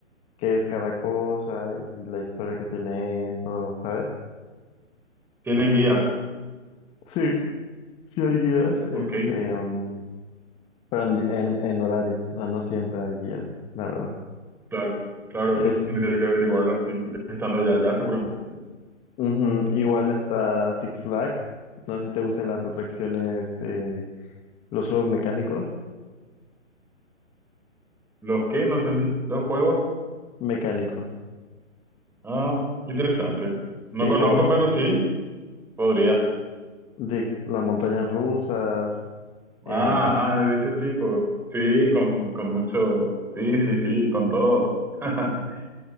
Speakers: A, on the left (about 15°); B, in the centre.
A: qué es cada cosa y la historia que tiene eso, ¿sabes?
B: Tienen guías.
A: Sí, sí hay guías, este,
B: Ok,
A: um, pero en, en- en horarios, o sea, no siempre hay guías, la verdad.
B: claro, claro,
A: Es,
B: eso tendría que averiguarlo así, estando ya, ya seguramente.
A: ujú, Igual está Six Flags, no sé si te gustan las atracciones, eh, los juegos mecánicos,
B: ¿Los qué? No entendí. ¿Los juegos?
A: mecánicos,
B: Ah, interesante. No
A: tipo
B: conozco, pero sí, podría.
A: de las montañas rusas,
B: Ah,
A: eh,
B: ah, de ese tipo. Sí, con, con mucho. Sí, sí, sí, con todo. <laughs>